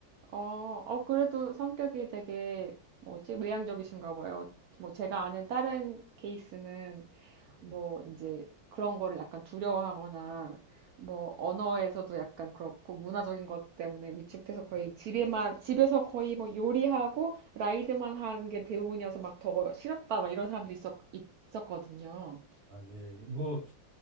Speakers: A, on the right (about 75°); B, on the right (about 40°).
A: 어, 어, 그래도 성격이 되게 뭐지? 외향적이신가 봐요. 뭐 제가 아는 다른 케이스는
B: 음.
A: 뭐 이제 그런 거를 약간 두려워하거나 뭐 언어에서도 약간 그렇고 문화적인 것 때문에 위축돼서 거의 집에만 집에서 거의 뭐 요리하고 라이드만 하는 게 대부분이어서 막 더 싫었다 막 이런 사람도 있었 있었거든요.
B: 아, 예. 뭐,